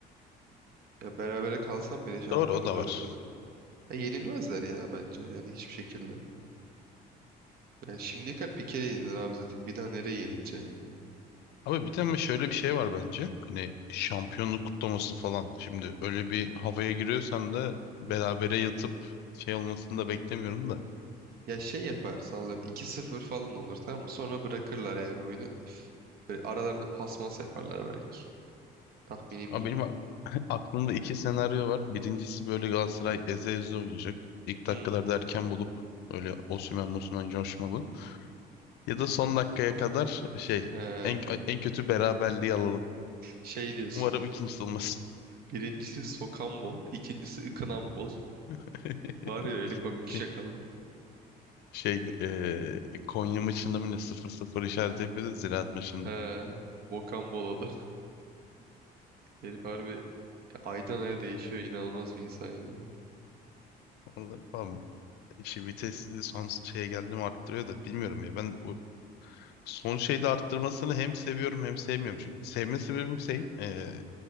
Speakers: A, on the right (about 65°); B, on the left (about 75°).
A: Ya berabere kalsam bile şampiyonuz
B: Doğru o da
A: öyle
B: var.
A: söyleyeyim. Ya yenilmezler ya bence yani hiçbir şekilde. Yani şimdiye kadar bir kere yenilir abi zaten. Bir daha nereye yenileceksin ya?
B: Abi bir de ama şöyle bir şey var bence. Hani şampiyonluk kutlaması falan. Şimdi öyle bir havaya giriyorsan da berabere yatıp şey olmasını da beklemiyorum da.
A: Ya şey yapar sallıyorum iki sıfır falan olur tamam mı? Sonra bırakırlar yani oyunu. Üf, Böyle aralarında pasmas yaparlar belki. Tahminimce.
B: Ama benim a- aklımda iki senaryo var. Birincisi böyle Galatasaray eze eze oynayacak. İlk dakikalarda
A: Hı.
B: erken bulup böyle Osimhen Mosimhen coşmalı. Ya da son dakikaya kadar şey
A: He,
B: en, en kötü beraberliği alalım.
A: şey diyorsun.
B: Umarım ikincisi olmaz.
A: Birincisi sokan bol, ikincisi ıkınan bol.
B: <laughs>
A: Var ya öyle komik
B: Şey,
A: şakalar.
B: şey eee, Konya maçında mı ne sıfır sıfır işaret yapıyordu Ziraat maçında.
A: He, bokan bol o da. <laughs> Herif harbi aydan aya değişiyor. inanılmaz bir insan ya.
B: Orada, Tamam İşi vitesini son şeye geldi mi arttırıyor da bilmiyorum ya. Ben o son şeyde arttırmasını hem seviyorum hem sevmiyorum. Çünkü sevme sebebim şey e,